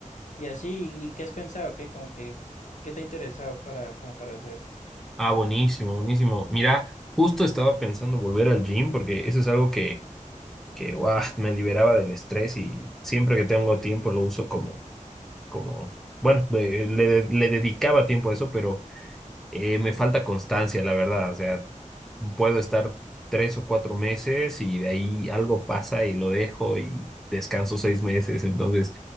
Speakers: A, on the left; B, in the centre.
A: y así, ¿y qué has pensado? ¿Qué, como que, qué te ha interesado para, como para hacer?
B: Ah, buenísimo, buenísimo. Mira, justo estaba pensando volver al gym porque eso es algo que, que guau, me liberaba del estrés y siempre que tengo tiempo lo uso como, como, bueno, de- le, le dedicaba tiempo a eso, pero eh, me falta constancia, la verdad. O sea, puedo estar tres o cuatro meses y de ahí algo pasa y lo dejo y descanso seis meses. Entonces,